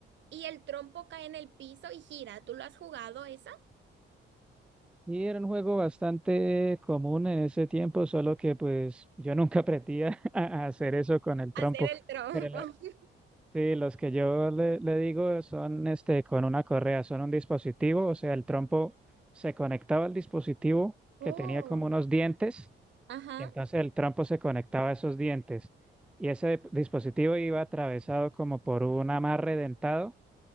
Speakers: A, on the right; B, in the centre.
A: y el trompo cae en el piso y gira. ¿Tú lo has jugado esa?
B: Y era un juego bastante común en ese tiempo, solo que pues yo nunca aprendí a, <laughs> a hacer eso con el
A: Hacer
B: trompo.
A: el trompo.
B: Pero
A: <laughs>
B: Sí, los que yo le, le digo son este con una correa, son un dispositivo, o sea, el trompo se conectaba al dispositivo
A: Oh.
B: que tenía como unos dientes,
A: Ajá,
B: y entonces el trompo se conectaba a esos dientes, y ese dispositivo iba atravesado como por un amarre dentado,